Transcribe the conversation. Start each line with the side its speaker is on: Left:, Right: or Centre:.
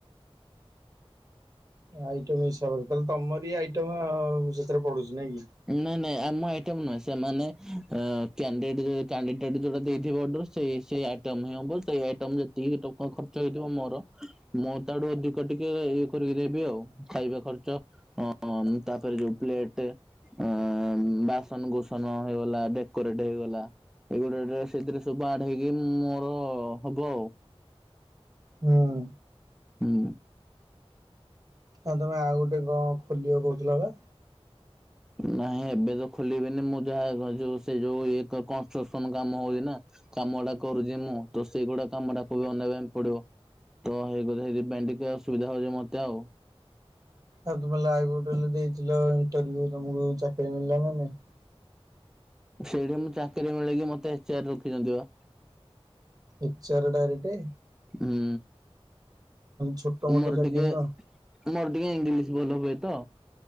Right: ଆଇଟମ୍ ହିସାବରେ ତାହେଲେ ତମରି ଆଇଟମ୍-ମ୍-ମ୍ ସେଥିରେ ପଡୁଛି ନାଇଁ କି?
Centre: ନାଇଁ ନାଇଁ ଆମ ଆଇଟମ୍, ନାହିଁ ସେମାନେ ଅ-ଅ-ଅ କ୍ୟାଣ୍ଡିଡେ କ୍ୟାଣ୍ଡିଡେଟ ଯୋଉଟା ଦେଇଥିବ ଅଡର ସେଇ ସେଇ ଆଇଟମ୍ ହି ହବ, ସେଇ ଆଇଟମ୍ ରେ ତିନି ଟଙ୍କା ଖର୍ଚ୍ଚ ହେଇଥିବ ମୋର। ମୁଁ ତାଡୁ ଅଧିକ ଟିକେ-ଏ-ଏ କରିକି ଦେବି ଆଉ। ଖାଇବା ଖର୍ଚ, ଅ-ଅ-ଅ ତାପରେ ଯୋଉ ପ୍ଲେଟେ ଅ-ଅ-ଅ-ଅ-ଅ ବାସନ କୁସନ ହେଇଗଲା ଡେକୋରେଟ ହେଇଗଲା। ଏଇଗୁଡେ ଡେ ସେଥିରେ ସବୁ ଆଡ୍ ହେଇକି ମୋର-ଅ-ଅ ହବ ଆଉ।
Right: ହଁ।
Centre: ହୁଁ।
Right: ନା ତମେ ଆଉ ଗୋଟେ କଣ ଖୋଲିବ କହୁଥିଲ ବା?
Centre: ନାଇଁ ଏବେ ତ ଖୋଲିବେନି ମୁଁ ଯାହା ଯୋଉ ସେ ଯୋଉ ଇଏ କ କଣ ଶୋସନ କାମ ହଉଛି ନା କାମ ଟା କରୁଛି ମୁଁ ତ ସେଇଗୁଡା କାମ ଟାକୁ ବି ଅନେଇବା ପାଇଁ ପଡିବ। ତ ହେଇକ ସେଇଥିପାଇଁ ଟିକେ ଅସୁବିଧା ହଉଛି ମତେ ଆଉ।
Right: ଆଉ ତମେ ଲାଇଭ୍ ହୋଟେଲ ଦେଇଥିଲ ଇଣ୍ଟରଭିୟୁ ତମକୁ ଚାକିରି ମିଳିଲାନା ନାଇଁ?
Centre: ସେଇଠି ମୁଁ ଚାକିରି ମିଳିକି ମତେ ଏଚ ଆର୍ ରଖିଛନ୍ତି ବା।
Right: ଏଚ ଆର୍ ଡାରେକଟେ?
Centre: ହୁଁ
Right: ଛୋଟ ମୋଟ
Centre: ମୋର
Right: ଚାକିରି
Centre: ଟିକେ
Right: ନୁହଁ
Centre: ମୋର ଟିକେ ଇଂଲିଶ ଭଲ ହୁଏ ତ।